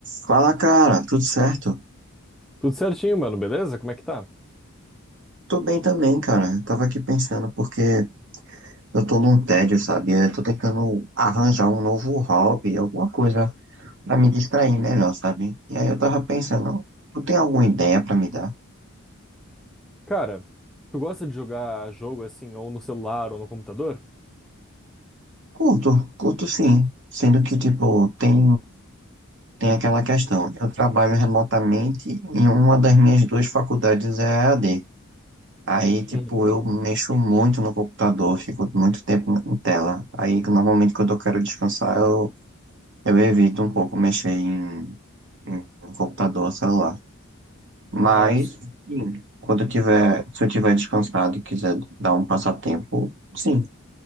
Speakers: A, on the right; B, in the centre.
A: Fala, cara, tudo certo?
B: Tudo certinho, mano, beleza? Como é que tá?
A: Tô bem também, cara. Eu tava aqui pensando porque eu tô num tédio, sabe? Eu tô tentando arranjar um novo hobby, alguma coisa pra me distrair melhor, sabe? E aí eu tava pensando, tu tem alguma ideia pra me dar?
B: Cara, tu gosta de jogar jogo assim, ou no celular ou no computador?
A: Curto, curto sim. Sendo que, tipo, tem, tem aquela questão. Eu trabalho remotamente e uma das minhas duas faculdades é E a d Aí, tipo,
B: Uhum.
A: eu mexo muito no computador, fico muito tempo em tela. Aí, normalmente, quando eu quero descansar, eu, eu evito um pouco mexer em, em, em computador, celular. Mas,
B: Ah, sim.
A: sim, quando eu tiver, se eu tiver descansado e quiser dar um passatempo, sim,